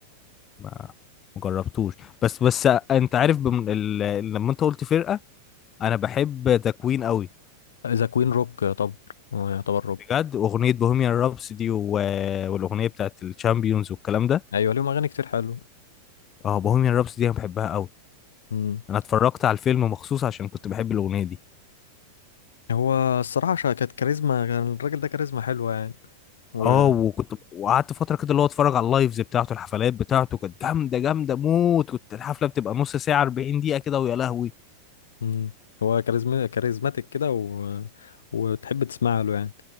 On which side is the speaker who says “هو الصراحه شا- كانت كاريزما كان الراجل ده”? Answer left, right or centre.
Left